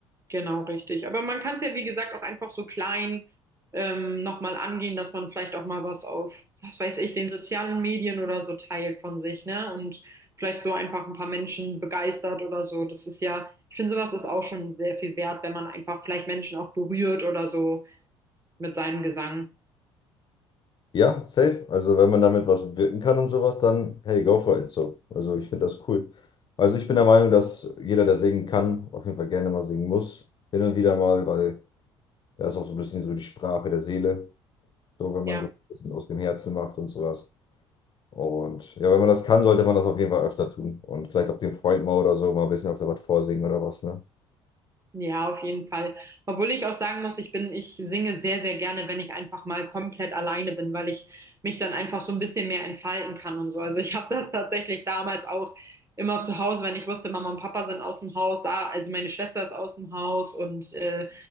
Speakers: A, on the right; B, on the left.
A: Genau, richtig. Aber man kann es ja, wie gesagt, auch einfach so klein ähm, nochmal angehen, dass man vielleicht auch mal was auf, was weiß ich, den sozialen Medien oder so teilt von sich, ne? Und vielleicht so einfach ein paar Menschen begeistert oder so. Das ist ja, ich finde, sowas ist auch schon sehr viel wert, wenn man einfach vielleicht Menschen auch berührt oder so. mit seinem Gesang.
B: Ja, safe. Also wenn man damit was bewirken kann und sowas, dann hey, go for it so. Also ich finde das cool. Also ich bin der Meinung, dass jeder, der singen kann, auf jeden Fall gerne mal singen muss. Hin und wieder mal, weil das ist auch so ein bisschen so die Sprache der Seele. So, wenn
A: Ja,
B: man das ein bisschen aus dem Herzen macht und sowas. Und ja, wenn man das kann, sollte man das auf jeden Fall öfter tun. Und vielleicht auch dem Freund mal oder so mal ein bisschen öfter was vorsingen oder was, ne?
A: ja, auf jeden Fall. Obwohl ich auch sagen muss, ich bin, ich singe sehr, sehr gerne, wenn ich einfach mal komplett alleine bin, weil ich mich dann einfach so ein bisschen mehr entfalten kann und so. Also ich habe das tatsächlich damals auch immer zu Hause, wenn ich wusste, Mama und Papa sind aus dem Haus, da, also meine Schwester ist aus dem Haus und äh,